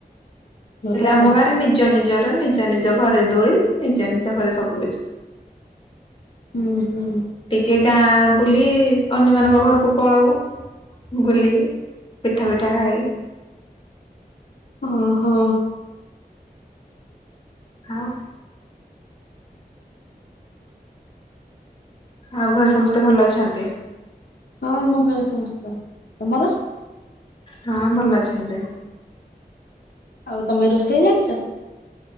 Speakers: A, on the left; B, on the left.
A: ଭଲ
B: ହେଲେ ଆମ
A: ଆଉ
B: ଗାଁ ରେ ନିଜ ନିଜର ନିଜ ନିଜ ଘରେ ଦୋଳି ନିଜ ନିଜ ଘରେ ସବୁ କିଛି।
A: ହୁଁ ହୁଁ
B: ଟିକେ ଗାଁ ବୁଲି ଅନ୍ୟମାନାନଙ୍କ ଘରକୁ ପଳାଉ ବୁଲି ପିଠା ପିଠା ଖାଇ
A: ଓ ହୋ
B: ହଉ ଆଉ ଘରେ ସମସ୍ତେ ଭଲ ଅଛନ୍ତି।
A: ହଁ ଆମ ଘରେ ସମସ୍ତ ତମର?
B: ହଁ ଭଲ ଅଛନ୍ତି।
A: ଆଉ ତମେ ରୋଷେଇ ଜାଣିଛ?